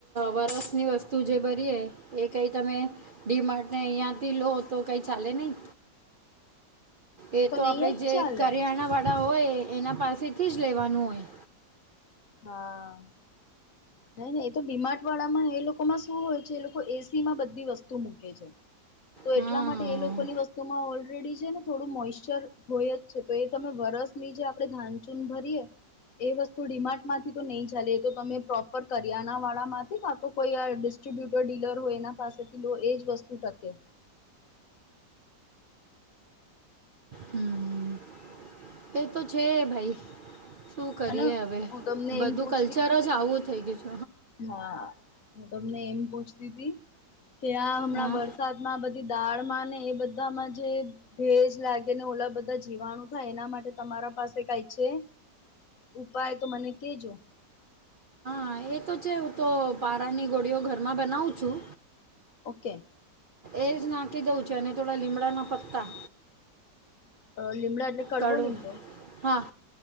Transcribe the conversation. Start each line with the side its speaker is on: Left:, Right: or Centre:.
Right: વરસની વસ્તુ જે ભરીએ એ કંઈ તમે. ડી માર્ટને અહિયાંથી લો તો કઈ ચાલે નહી એ તો
Left: નહી
Right: આપણે
Left: જ
Right: જે
Left: ચાલે
Right: કરિયાણાવાળા હોય એના પાસેથી જ લેવાનું હોય
Left: હા. નઈ નઈ એ તો ડી માર્ટ વાળામાં એ લોકોમાં શું હોય છે એ લોકો એસી માં બધી વસ્તુ મૂકે છે. તો
Right: હા
Left: એટલા માટે એ લોકો એ લોકોની વસ્તુમાં ઓલરેડી છે ને થોડું મોઈશ્ચર હોય જ છે તો એ તમે વરસ ની જે આપણે ધા એમ ભરીયે એ વસ્તુ ડી માર્ટ માંથી તો નહીં ચાલે તો તમે પ્રોપર કરિયાના વાળામાંથી કા તો કોઈ ડિસ્ટ્રીબ્યુટર ડીલર હોય એના પાસે તો એ જ વસ્તુ ટકે
Right: હમ્મ. એ તો છે ભાઈ શું કરીએ
Left: અને
Right: હવે
Left: હું તમને
Right: બધું
Left: એમ પૂછતી
Right: કલ્ચર
Left: હતી
Right: જ આવું થઈ ગયું છે.
Left: હા હું તમને એમ પૂછતી હતી કે આ હમણાં
Right: હા
Left: વર્ષ વરસાદ માં બધી દાળમાં ને એ બધામાં જે ભેજ લાગે ને ઓલા બધા જીવાણું થાય એના માટે તમારા પાસે કઈ છે. ઉપાય તો મને કેજો
Right: હા એ તો છે હું તો પારાની ગોળીઓ ઘરમાં બનાવું છું.
Left: ઓકે
Right: એ સ નાકી દઉ ચેને થોડા લીમડા ના પત્તા
Left: <unintelligible> લીમડા એટલે કડવો
Right: કળું
Left: લીમડો
Right: હા